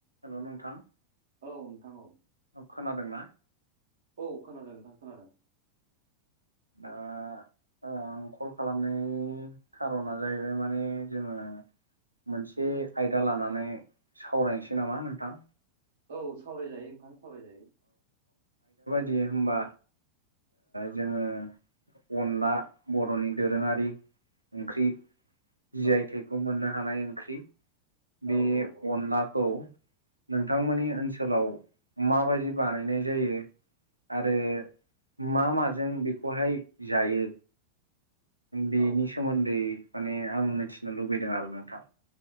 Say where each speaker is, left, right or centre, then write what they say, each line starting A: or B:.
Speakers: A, on the right (about 85°); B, on the right (about 60°).
A: Hello नोंथां
B: औ नोंथां औ
A: खोनादोंना
B: औ खोनादों नोंथां खोनादों
A: ओ आं कल खालामनायनि खार'ना जाहैबाय माने जोंङो मोनसे आयदा लानानै सावरायनोसै नामा नोंथां
B: औ सावरायजायो नोंथां सावरायजायो
A: दे होनबा जोंङो अनला बर'नि दोरोंङारि ओंख्रि जि
B: औ
A: आइ थाइखौ मोननो हानाय ओंख्रि बे
B: औ औ
A: अनलाखौ नोंथांमोननि ओनसोलाव माबायदि बानायनाय जायो। आरो मा माजों बेखौहाय जायो। बेनि
B: औ
A: सोमोन्दै माने आं मिथिनो लुबैदों आरो नोंथां